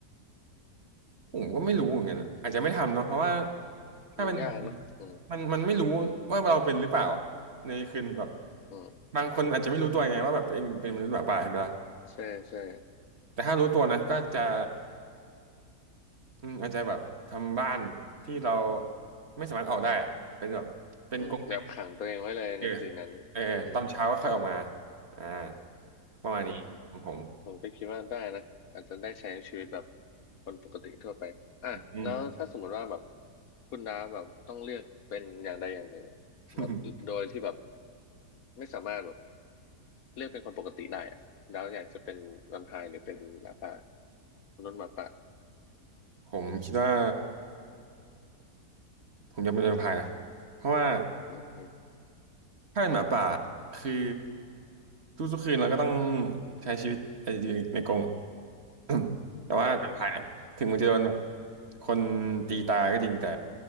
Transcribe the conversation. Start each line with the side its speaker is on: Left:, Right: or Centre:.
Right: ผมก็ไม่รู้เหมือนกันอะอาจจะไม่ทำเนาะเพราะว่าถ้าเป็น
Left: มันยากเนอะอืม
Right: มันมันไม่รู้ว่าเราเป็นหรือเปล่าอะในคืนแบบ
Left: อืม
Right: บางคนอาจจะไม่รู้ตัวไงว่าแบบตัวเองเป็นมนุษย์หมาป่าใช่ไหมล่ะ
Left: ใช่ใช่
Right: แต่ถ้ารู้ตัวนะก็จะ อืมอาจจะแบบทำบ้านที่เราไม่สามารถออกได้อะเป็นแบบเป็นกรงเหล็ก
Left: อืมแบบขังตัวเองไว้เลยในคืนนั้น
Right: เออเออตอนเช้าก็ค่อยออกมา
Left: อืม
Right: อ่าประมาณนี้ของผม
Left: อืมผมก็คิดว่าได้นะอาจจะได้ใช้ชีวิตแบบคนปกติทั่วไปอ่ะแล้วถ้าสมมติว่าแบบ
Right: อืม
Left: คุณดาแบบต้องเลือกเป็นอย่างใดอย่างหนึ่งอะแบบโดยที่แบบ
Right: <laughs>
Left: ไม่สามารถแบบเลือกเป็นคนปกติได้อะดาวอยากจะเป็นแวมไพร์หรือเป็นหมาป่ามนุษย์หมาป่า
Right: ผมคิดว่าผมอยากเป็นแวมไพร์นะเพราะว่า
Left: อืม
Right: ถ้าเป็นหมาป่าคือทุกๆคืนเราก็ต้องใช้ชีวิตในในกรง <coughs> <clears throat> แต่ว่าแวมไพร์เนี่ยถึงมันจะโดนแบบ
Left: อืม
Right: คนตีตายก็จริงแต่